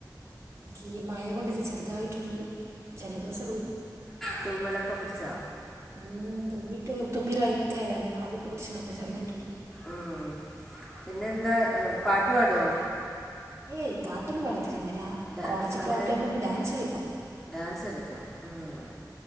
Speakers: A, on the right; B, in the centre.
A: എനിക്ക് ഈ മഴകൊണ്ടി ചെറുതായിട്ടൊ ജലദോഷം
B: തുമലൊക്കെ പിടിച്ചാ
A: മ് തുമ്മിട്ട് തുമ്മി ഒരു വയ്ക്കായതാണ് ആവി ഒക്കെ പിടിച്ചതാ ചെറതായിട്ടൊന്ന്
B: ഉം പിന്നെ എന്താ പാട്ട്പാടുവോ
A: ഏയ് പാട്ടൊന്നും പാടു ആ
B: ഡാൻസ്
A: കോളേജ്
B: അങ്ങനെ
A: പ്രോഗ്രമിലൊക്കെ ഡാൻസ് കളി
B: ഡാൻസ് കളിക്കും മ്